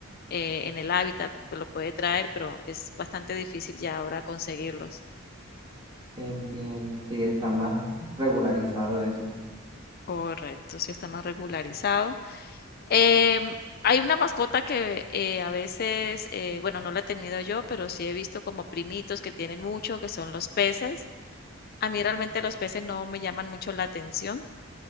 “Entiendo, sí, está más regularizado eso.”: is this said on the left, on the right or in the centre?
Right